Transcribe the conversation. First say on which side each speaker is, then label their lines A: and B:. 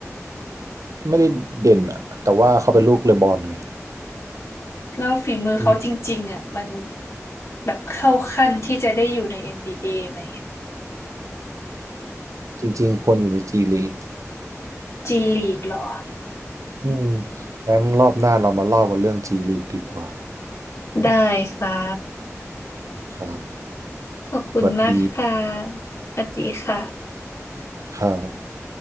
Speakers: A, on the right; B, on the left.
A: ไม่ได้เด่นอ่ะแต่ว่าเขาเป็นลูกเลบอนไง
B: แล้วฝีมือเขาจริงๆอ่ะมัน
A: อืม
B: แบบเข้าขั้นที่จะได้อยู่ใน NBA ไหม
A: จริงๆควรอยู่ในจีลีก
B: จีลีกหรอ
A: อืมงั้นรอบหน้าเรามาเล่ากันเรื่องจีลีกดีกว่า
B: ได้ค่ะ
A: ครับ
B: ขอบคุณมากค่ะ
A: สวัสดี
B: สวัสดีค่ะ
A: ครับ